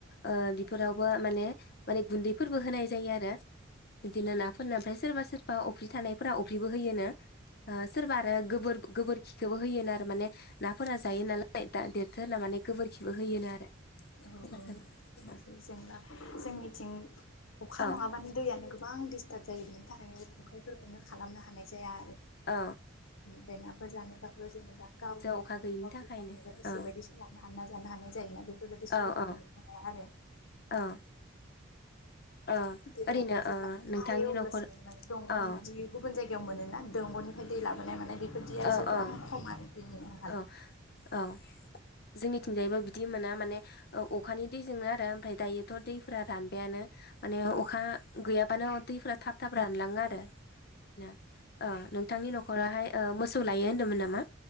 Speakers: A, on the left; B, on the left.
A: ओ बिफोरावबो माने माने गुन्दैफोरबो होनाय जायो आरो बिदि नाफोरनो <unintelligible> बा अफ्रि थानायफोरा अफ्रिबो होयोनो सोरबा आरो गोबोर गोबोरखिखौबो होयोनो आरो माने नाफोरा जायो नालाय द देरथो होनना माने गोबोरखिबो होयोनो आरो
B: औ औ औ
A: सोरबा सोरबा
B: <unintelligible> जोंनिथिं अखा
A: औ
B: नङाबानो दैयानो गो बां सटार्ट जायो बेनि थाखायनो संख्रिफोरखौनो खालामनो हानाय जाया
A: अ
B: ओमफ्राय नाफोर जानायफ्राबो जेनेबा गावनि
A: अखा
B: नखराव
A: गैयिनि
B: बिदि
A: थाखायनो
B: मावनाया गोसो
A: औ
B: बायदि समावनो ना जानो हानाय जायोना बेफोरबायदि सुबिदाखौ
A: औ औ
B: मोननो हाया आरो
A: औ औ
B: दैयानो
A: ओरैनो
B: जेब्ला
A: ओ
B: अखा
A: नोंथांनि
B: हायो अब्लासिमा
A: न'खर
B: माने दंगनि
A: औ
B: बिदि गुबुन जाय याव मोनोना दंगनिफ्राय दै लाबोनाय मानाय बेफोरदिया
A: औ
B: जोबबो
A: औ
B: आं खम आरो दैनि आंखाल
A: औ औ जोंनि थिंजायबो बिदि मोना माने अखानि दैजोंनो आरो ओमफ्राय दायोथ दैफरा रानबायानो माने अखा गैयाबानो दैफ्रा थाब थाब रानलाङो आरो ना नों बिथांनि न'खरावहाय ओ मोसौ लायो होनदोमोन नामा?